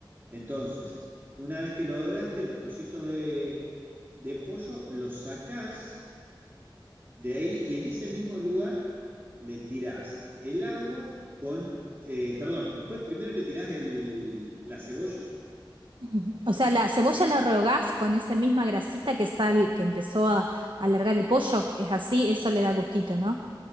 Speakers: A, on the right (about 25°); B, on the right (about 70°).
A: Entonces, una vez que lo doraste, los trocitos de, de pollo los sacás de ahí, y en ese mismo lugar le tirás el agua con, eh, perdón, después primero le tirás el- la cebolla
B: Ujú. O sea, la cebolla
A: y
B: la rehogás con esa misma grasita que sal, que empezó a a alargar el pollo, es así, eso le da gustito, ¿no?